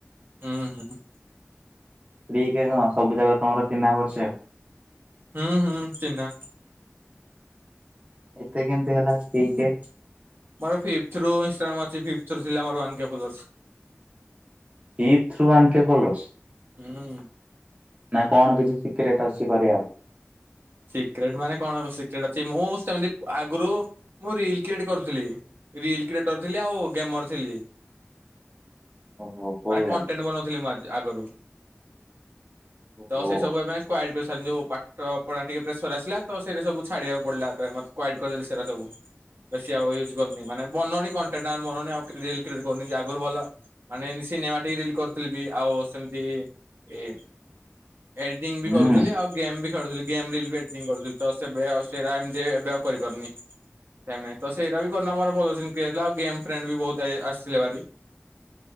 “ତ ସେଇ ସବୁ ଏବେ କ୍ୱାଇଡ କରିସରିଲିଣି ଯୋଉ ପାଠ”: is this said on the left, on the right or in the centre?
Right